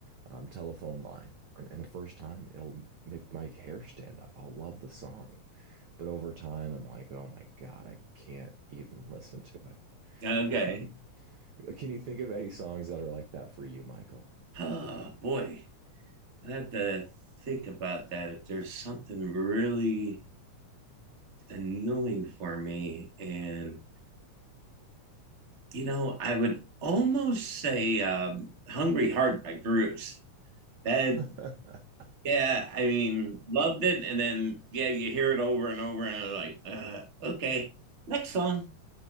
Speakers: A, on the right; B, on the right.
A: um, Telephone Line, and, and the first time it'll make my hair stand up. I'll love the song. But over time, I'm like, oh my God, I can't even listen to it.
B: Okay.
A: <laughs> Um, can you think of any songs that are like that for you, Michael?
B: Oh, boy. I have to think about that. If there's something really annoying for me, and, you know, I would almost say um, Hungry Heart by Bruce. That
A: <laughs>
B: Yeah, I mean, loved it, and then yeah, you hear it over and over, and you're like, uh, okay, next song.